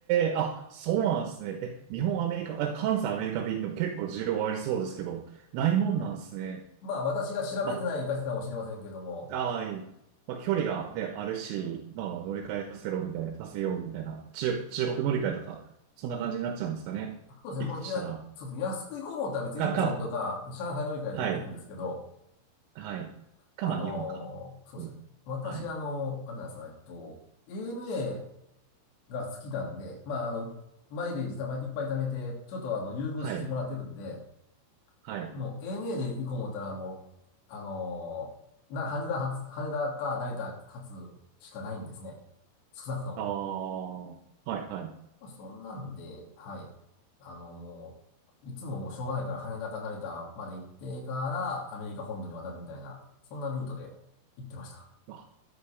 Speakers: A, on the right (about 80°); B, on the left (about 60°).
A: えあ、そうなんですね。え、日本、アメリカ、あ関西、アメリカ便でも結構需要ありそうですけど、ないもんなんですね。
B: まあ、私が調べてないだけかもしれませんけども、
A: まああ、いい。まあ、距離がね、あるし、まあ、乗り換えさせろみたいな、させようみたいな、中、中国乗り換えとか、そんな感じになっちゃうんですかね。
B: そうですね。
A: 行くとしたら。
B: もう、いや、そうですね。安く行こうと思ったら別にインチョンとか、
A: か、か、
B: 上海乗り換えで行けるんですけど、
A: はい、はい。か、
B: あのーそうですね。
A: まあ、日本か。うんはい、
B: 私、あのーあれなんですよ。えっと、ANA が好きなんで、まあ、あの、マイレージたまいっぱい貯めて、ちょっとあの、優遇してもらってるんで、
A: はい、はい。
B: もう ANA で行こう思ったらもう、あのーな、羽田発、羽田か成田発しかないんですね。少なくとも。
A: ああ、はい、はい。
B: まあ、そんなんで、はい。あの、もう、いつももうしょうがないから羽田か成田まで行ってからアメリカ本土に渡るみたいな、そんなルートで行ってました。
A: ま